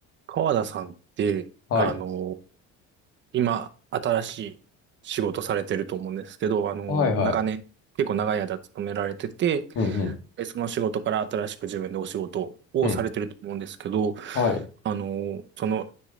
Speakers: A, on the right; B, on the left.
A: 川田さんって、
B: はい。
A: あの、今、新しい仕事されてると思うんですけど、あの、
B: はいはい。
A: 長年、結構長い間勤められてて、
B: うんうん。
A: でその仕事から新しく自分でお仕事をされてると思うんですけど、
B: うん。はい。
A: あの、その、